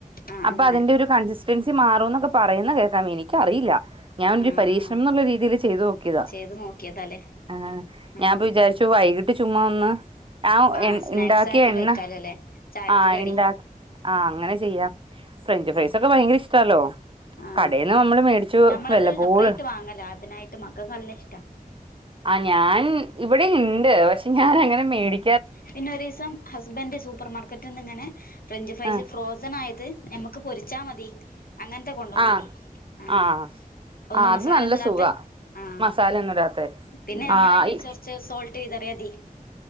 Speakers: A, on the left (about 75°); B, on the right (about 35°).
A: ആഹ്
B: അപ്പോ
A: അങ്ങനെ
B: അതിന്റെ കൺസ്റ്ററ്റൻസി മാറുന്നൊക്കെ പറയുന്ന കേൾക്കാം എനിക്കറിയില്ല ഞാനൊരു
A: ആഹ്
B: പരീക്ഷണം
A: ആഹ്
B: എന്നുള്ള രീതിൽ ചെയ്ത് നോക്കിയതാ
A: ചെയ്ത് നോക്കിയതാല്ലേ
B: ആഹ്
A: ഉം
B: ഞാനപ്പോ വിചാരിച്ചു വൈകിട്ട് ചുമ്മാ ഒന്ന്
A: ആ
B: ഞാൻ
A: സ്നാക്സ്
B: ഇണ്ടാക്കിയ
A: ആക്കി
B: എണ്ണ
A: കഴിക്കാലോല്ലേ ചായക്ക്
B: ആഹ്
A: കടി
B: ഇണ്ടാ ആഹ് അങ്ങനെ ചെയ്യാം ഫ്രഞ്ച്
A: ഉം
B: ഫ്രൈസൊക്കെ ഭയങ്കര ഇഷ്ടാല്ലോ
A: ആ
B: കടയിന്ന് നമ്മള് മേടിച്ചു
A: നമ്മളത്
B: വല്ലപ്പോഴും
A: സെപ്പറേറ്റ് വാങ്ങല <unintelligible> മക്കൾക്ക് നല്ല ഇഷ്ടാ
B: ആഹ് ഞാൻ ഇവിടെയുണ്ട് പക്ഷെ ഞാൻ അങ്ങനെ മേടി
A: പിന്നെ ഒരു ദിവസം ഹസ്ബൻഡ് സൂപ്പർ മാർക്കറ്റിൽ നിന്ന് ഇങ്ങനെ ഫ്രഞ്ച് ഫ്രൈസ്
B: ആ
A: ഫ്രോസണായത് നമ ക്ക് പൊരിച്ചാ മതി അങ്ങനത്തെ കൊണ്ടോന്നീനി
B: ആ
A: ആഹ്
B: ആ ആ
A: ഒന്നും
B: അത്
A: മസാലയൊന്നും
B: നല്ല
A: ഇടാത്തെ
B: സുഖാ
A: ആഹ്
B: മസാല ഒന്നും ഇടാത്തെ
A: പിന്നെ നമ്മളതിൽ
B: ആ ഇ
A: ചൊ ച സോൾട്ട് ചെയ്തറ അടി